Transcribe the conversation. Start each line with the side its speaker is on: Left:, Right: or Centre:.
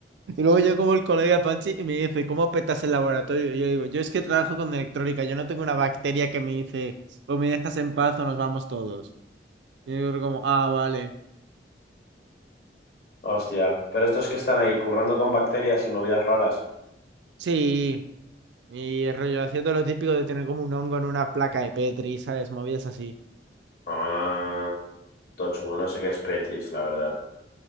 Right: Y luego yo como el colega Panchi y me dice, ¿cómo petas el laboratorio? Y yo digo, yo es que trabajo con electrónica, yo no tengo una bacteria que me dice, o me dejas en paz o nos vamos todos. Y yo digo como, ah, vale,
Left: Hostia. Pero estos que están ahí currando con bacterias y movidas raras.
Right: sí. Y el rollo haciendo lo típico de tener como un hongo en una placa de Petri, ¿sabes? Movidas así.
Left: Ah, todo chungo. No sé qué es Petris, la verdad.